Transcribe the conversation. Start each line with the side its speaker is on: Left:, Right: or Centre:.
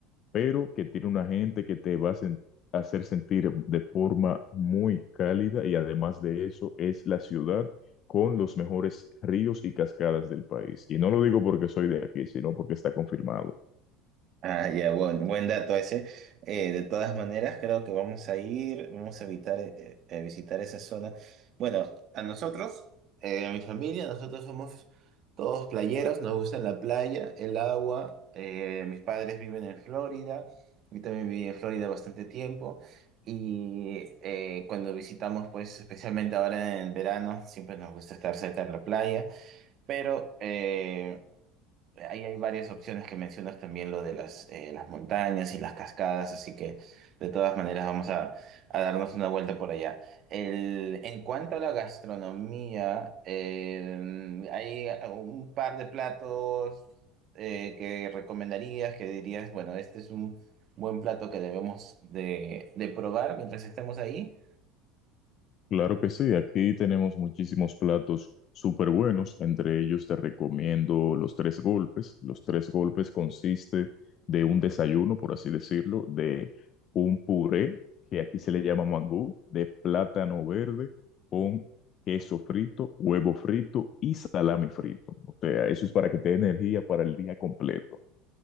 Left: pero que tiene una gente que te va a sen- hacer sentir de forma muy cálida y además de eso es la ciudad con los mejores ríos y cascadas del país. Y no lo digo porque soy de aquí, sino porque está confirmado.
Right: Ah, ya, buen, buen dato ese. Eh, de todas maneras, creo que vamos a ir, vamos a evitar eh, eh, visitar esa zona. Bueno, a nosotros, eh, a mi familia, nosotros somos todos playeros, nos gusta la playa, el agua. eh, mis padres viven en Florida, yo también viví en Florida bastante tiempo. Y eh, cuando visitamos, pues especialmente ahora en el verano, siempre nos gusta estar cerca de la playa. Pero eh, Ahí hay varias opciones que mencionas también, lo de las, eh, las montañas y las cascadas, así que de todas maneras vamos a, a darnos una vuelta por allá. El- en cuanto a la gastronomía, eh, hay un par de platos eh, que recomendarías, que dirías, bueno, este es un buen plato que debemos de, de probar mientras estemos ahí.
Left: Claro que sí, aquí tenemos muchísimos platos súper buenos, entre ellos te recomiendo los tres golpes. Los tres golpes consiste de un desayuno, por así decirlo, de un puré, que aquí se le llama mangú, de plátano verde con queso frito, huevo frito y salami frito. O sea, eso es para que te dé energía para el día completo.